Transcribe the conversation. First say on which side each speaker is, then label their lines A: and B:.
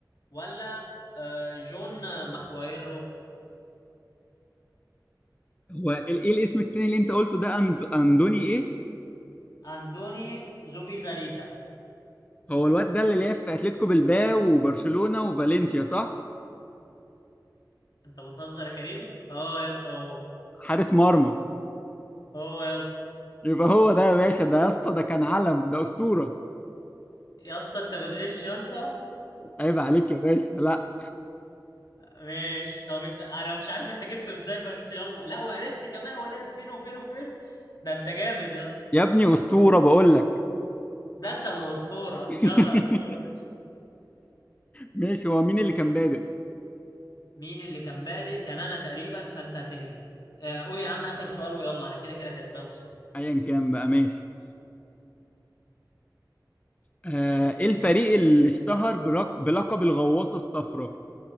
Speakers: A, on the left; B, on the left.
A: ولا آه، جون مخوايرو
B: هو ال- ايه الاسم التاني اللي انت قلته ده أند... اندوني ايه
A: اندوني زوبيزاريتا
B: هو الواد ده اللي لعب في اتلتيكو بلباو وبرشلونة وفالنسيا صح
A: انت بتهزر يا كريم اه يا اسطى هو
B: حارس مرمى
A: هو يا اسطى
B: يبقى هو ده يا باشا ده يا اسطى ده كان علم ده اسطورة
A: يا اسطى انت بتغش يا اسطى
B: عيب عليك يا باشا لا
A: ماشي طب اس... انا مش عارف انت جبته ازاي بس يلا لا وعرفت كمان هو لعب فين وفين وفين ده انت جامد يا اسطى
B: يا ابني اسطورة بقول لك
A: ده انت اللي اسطوره
B: <laughs>
A: يلا يا اسطوره
B: ماشي هو مين اللي كان بادئ
A: مين اللي كان بادئ كان انا تقريبا فانت هتنهي آه، قول يا عم اخر سؤال ويلا انا كده كده كسبان اصلا
B: ايا كان بقى ماشي آه ايه الفريق اللي اشتهر برق... بلقب الغواصة الصفراء